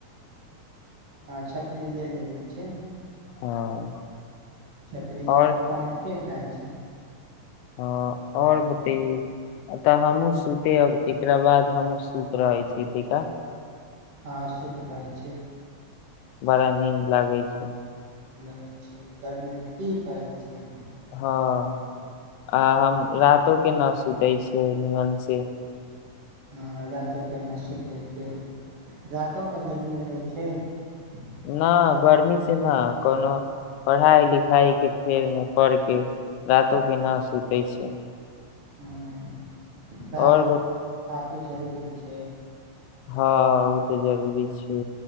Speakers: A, on the right; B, on the left.
A: हँ छतरी ले लेने छै
B: हँ
A: छतरी
B: और
A: तान के जाइ छै
B: हँ आओर बतेयौ तऽ हमहूँ सुते अब एकरा बाद हमहूँ सुत रहै छी तैका
A: हँ सूत रहै छी
B: बड़ा नीन्द लागै छै
A: कहैय छियै गर्मीमे की कहै छियै
B: हँ आ हम रातों के ना सुतै छी <unintelligible>
A: हँ रातिके ना सुतै छै रातो मे गर्मी लगै छै हूँ
B: <unintelligible>
A: हँ <unintelligible>
B: और
A: जे जरूरी छै
B: हँ ओ तऽ जरूरी छै